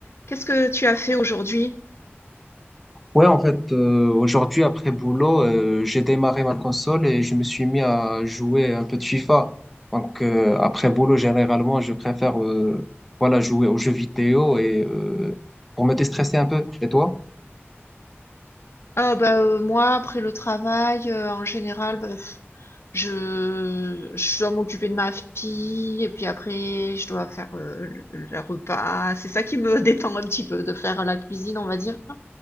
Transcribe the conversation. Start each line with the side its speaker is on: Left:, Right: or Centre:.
Left: Qu'est-ce que tu as fait aujourd'hui?
Centre: Ouais, en fait, euh, aujourd'hui, après boulot, euh, j'ai démarré ma console et je me suis mis à jouer un peu de FIFA. Donc, euh, après boulot, généralement, je préfère euh, voilà, jouer aux jeux vidéo et euh, pour me déstresser un peu. Et toi?
Left: Ah bah euh, moi après le travail euh, en général bah, pff, je je dois m'occuper de ma fille et puis après je dois faire euh, le, le repas. C'est ça qui me <laughs> détend un petit peu de faire la cuisine on va dire.